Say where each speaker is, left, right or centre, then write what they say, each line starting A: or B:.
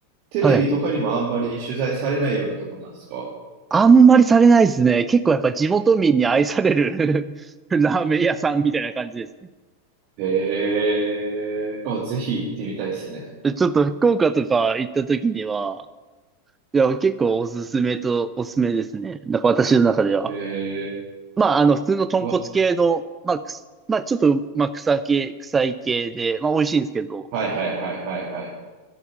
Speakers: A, on the right; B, on the right.
A: テレビとかにもあんまり取材されないようなとこなんですか
B: はい。あんまりされないですね。結構やっぱ地元民に愛される <laughs> ラーメン屋さんみたいな感じですね。
A: へえ。あ、ぜひ行ってみたいですね。
B: ちょっと福岡とか行った時には、いや、結構おすすめとおすすめですね。なんか私の中では。
A: へえ。
B: まあ、あの、普通の豚骨系の、
A: うわ、
B: まあ、くすまあ、ちょっと、まあ、臭系、臭い系で、まあ、美味しいんですけど、
A: はいはいはいはいはい。